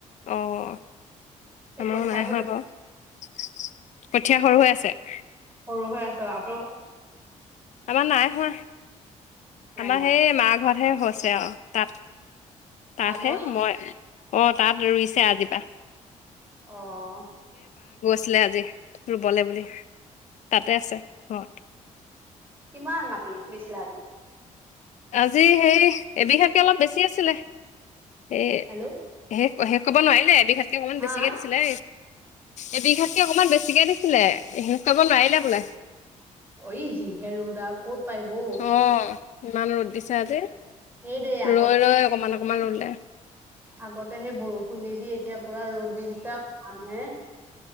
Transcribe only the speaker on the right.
এই
কঠিয়াবোৰ
হয় আছোঁ। আপ
অ
তাত
হ'ল নি
অ'।
কিমান মাটি নিছিলা আজি?
হেল্ল'
আহ
অ'ই যিহে ৰ'দ আও ক'ত পাৰিব অ
এই দেই আগত
আগতে সেই বৰষুণ দি দি, এতিয়া পুৰা ৰ'দ দি দিছে আও আনে